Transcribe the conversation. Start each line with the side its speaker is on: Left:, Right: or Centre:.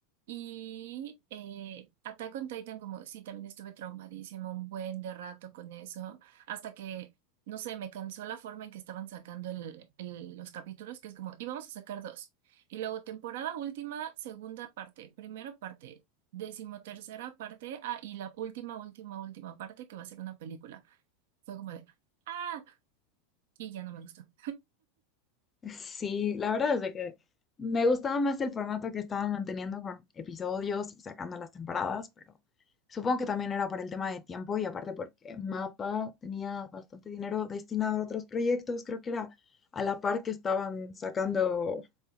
Right: Y eh, Attack on Titan, como sí, también estuve traumadísima un buen de rato con eso, hasta que, no sé, me cansó la forma en que estaban sacando el, el- los capítulos, que es como, íbamos a sacar dos. Y luego temporada última, segunda parte, primera parte, decimotercera parte, ah, y la última, última, última parte, que va a ser una película. Fue como de, ah, y ya no me gustó.
Left: Sí, la verdad es de que me gustaba más el formato que estaban manteniendo con episodios y sacando las temporadas, pero supongo que también era por el tema de tiempo y aparte porque Mapa tenía bastante dinero destinado a otros proyectos, creo que era a la par que estaban sacando